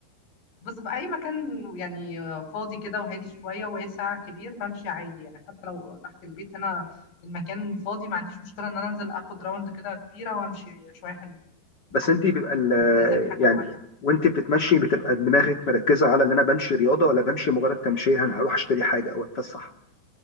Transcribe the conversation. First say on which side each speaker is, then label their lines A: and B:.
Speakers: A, on the left (about 85°); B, on the left (about 35°).
A: بص بأي مكان يعني فاضي كده وهادي شوية واسع كبير بمشي عادي يعني حتى لو تحت البيت هنا المكان فاضي ما عنديش مشكلة إن أنا أنزل آخد راوند كده كبيرة وأمشي شوية حلوين
B: بس انت بيبقى ال-
A: مش لازم حاجة
B: يعني
A: معينة
B: وانت بتتمشي بتبقى دماغك مركزه على ان انا بمشي رياضه ولا بمشي مجرد تمشيه انا هروح اشتري حاجه او اتفسح